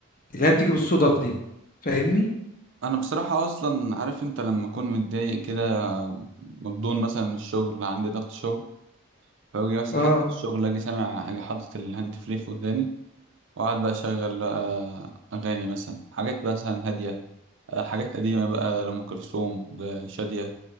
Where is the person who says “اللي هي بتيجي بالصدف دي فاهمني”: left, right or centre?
Left